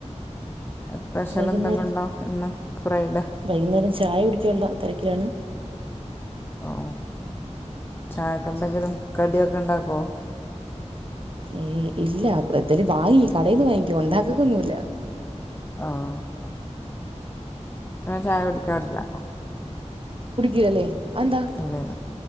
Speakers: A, on the left; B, on the right.
A: സ്പെഷ്യൽ
B: വൈകുന്നേരം
A: എന്തെങ്കും ഉണ്ടോ? ഇന്ന് ഫ്രൈഡേ.
B: വൈകുന്നേരം ചായ കുടിക്കാനുള്ള തെരക്കിലാണ്.
A: ഓഹ്, ചായക്ക് എന്തെങ്കിലും കടിയൊക്കെ ഉണ്ടാക്കുവൊ?
B: ഏയ് ഇല്ല എന്തലും വാങ്ങി കടയിന്ന് വാങ്ങിക്കും, ഉണ്ടാക്കതൊന്നുല്ല.
A: ആഹ് ഞാൻ ചായ കുടിക്കാറില്ല.
B: കുടിക്കുകേല്ലേ ആന്താ
A: ഇല്ലല്ല